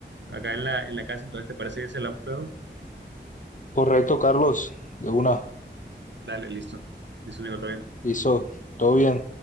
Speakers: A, on the right; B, on the left.
A: acá en la, en la casa, entonces ¿te parece que se la un luego?
B: Correcto, Carlos. De una.
A: Dale, listo. Listo, Nico, todo bien.
B: Listo. Todo bien.